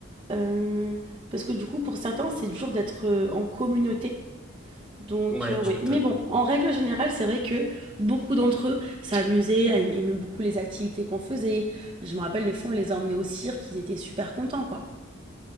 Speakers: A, on the right (about 25°); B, in the centre.
A: hem, parce que, du coup, pour certains, c'est dur d'être, heu, en communauté. Donc,
B: ouais,
A: euh, ouais.
B: tu m'étonnes.
A: Mais bon, en règle générale, c'est vrai que beaucoup d'entre eux s'amusaient, aim- aimaient beaucoup les activités qu'on faisait. Je me rappelle, les fois, on les a emmenés au cirque, ils étaient super contents, quoi.